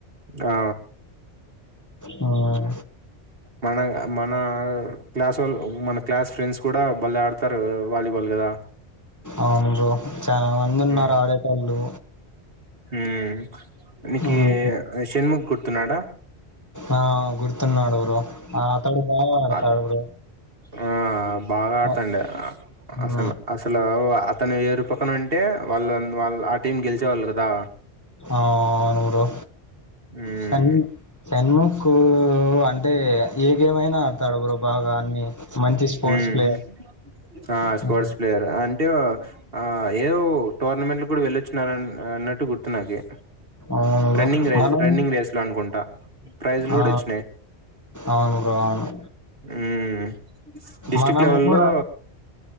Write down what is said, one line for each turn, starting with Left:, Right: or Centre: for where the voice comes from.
Right: ఆ
Left: హ్మ్.
Right: మన మన మన క్లాస్ వాళ్ళ మన క్లాస్ ఫ్రెండ్స్ కూడా బళ్లే ఆడతారు వాలీబాల్ గదా
Left: అవును బ్రో చాలా మంది ఉన్నారు
Right: ఉమ్
Left: ఆడేటోళ్ళు
Right: ఉమ్ నికీ
Left: హ్మ్.
Right: షణముగ్ గుట్ట్ కత్నాడ
Left: ఆ గు న్నాడు బ్రో ఆ తడు బా ఆడతాడు
Right: ఆ
Left: బ్రో
Right: ఆ బాగా ఆడుతండి
Left: ఆ! హ్మ్.
Right: అసలు అసలు అతను చురుపక్కన ఉంటే వాళ్ళు వాళ్ళు ఆ టీం గెలిచేవాళ్ళు కదా
Left: ఆ నూరు
Right: ఉమ్
Left: షన్ షన్ముఖ్ కూ అంటే ఏ గేమ్ అయినా ఆడతాడు బ్రో బాగా అన్ని. మంచి స్పోర్ట్స్
Right: ఉం?
Left: ప్లేయర్.
Right: ఆ
Left: హ్మ్.
Right: స్పోర్ట్స్ ప్లేయర్ అంటే ఆ ఏవు టోర్నమెంట్లు కూడా వెళ్ళొచ్చునార అన్నట్ట్లు గుర్తు నాకి
Left: అవును బ్రో.
Right: రన్నింగ్ రేస్
Left: మనం
Right: రన్నింగ్ రేస్లు అనుకుంటా ప్రైజ్లు గూడా
Left: ఆ!
Right: వచ్చినాయి
Left: అవును బ్రో అవును.
Right: మ్ డిస్టిరిక్ట్
Left: మనం
Right: లెవెల్లో
Left: కూడా